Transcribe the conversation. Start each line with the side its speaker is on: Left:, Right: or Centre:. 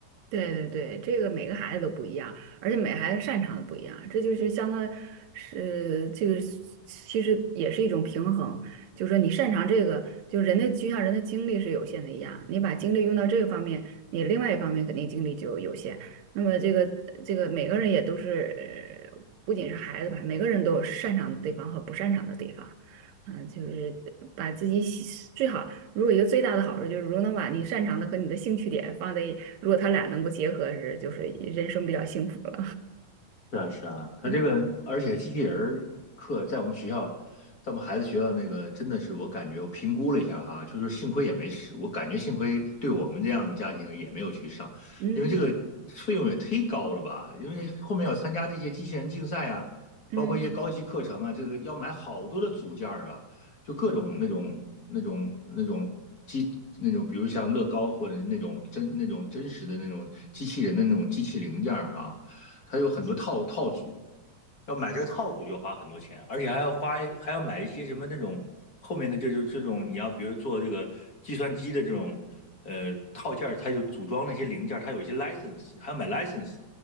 Right: 对对对，这个每个孩子都不一样，而且每个孩子擅长的不一样，这就是相当是这个是其实也是一种平衡，就是说你擅长这个，就人的就像人的精力是有限的一样，你把精力用到这个方面，你另外一方面肯定精力就有限。那么这个这个每个人也都是，呃不仅是孩子吧，每个人都有擅长的地方和不擅长的地方，啊、就是把自己喜最好。如果一个最大的好处就是，如果能把你擅长的和你的兴趣点放在一，如果他俩能够结合是，就是人生比较幸福了。
Left: 是啊，是啊，他这个，
Right: 嗯
Left: 而且机器人儿课在我们学校，在我们孩子学校那个，真的是我感觉我评估了一下哈，就是幸亏也没事，我感觉幸亏对我们这样的家庭也没有去上，
Right: 嗯
Left: 因为这个费用也忒高了吧？因为后面要参加这些机器人竞赛啊，
Right: 嗯
Left: 包括一些高级课程啊，这个要买好多的组件儿啊，就各种那种那种那种机那种，比如像乐高或者那种真那种真实的那种机器人的那种机器零件儿啊。它有很多套套组，要买这个套组就要花很多钱，而且还要花还要买一些什么那种后面的这种这种你要比如做这个计算机的这种呃套件儿，它就组装那些零件儿，它有一些 license，还要买 license，